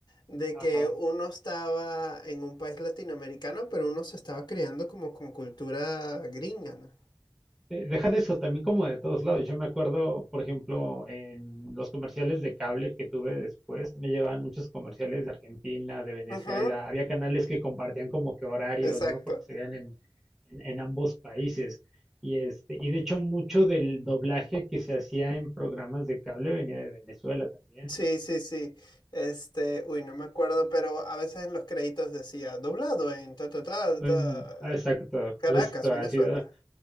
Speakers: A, on the left; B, in the centre.
A: de
B: Ajá.
A: que uno estaba en un país latinoamericano, pero uno se estaba criando como con cultura gringa, ¿no?
B: Eh, Deja de eso, también como de todos lados. Yo me acuerdo, por ejemplo, en los comerciales de cable que tuve después, me llevaban muchos comerciales de Argentina, de Venezuela.
A: Ujú,
B: Había canales que compartían como que horarios,
A: Exacto.
B: ¿no? Porque se veían en, en, en ambos países. Y este, y de hecho, mucho del doblaje que se hacía en programas de cable venía de Venezuela también.
A: Sí, sí, sí. Este, uy, no me acuerdo, pero a veces en los créditos decía doblado en ta, ta, ta, ta,
B: Em, ah, exacto,
A: Caracas,
B: justo,
A: Venezuela.
B: ha sido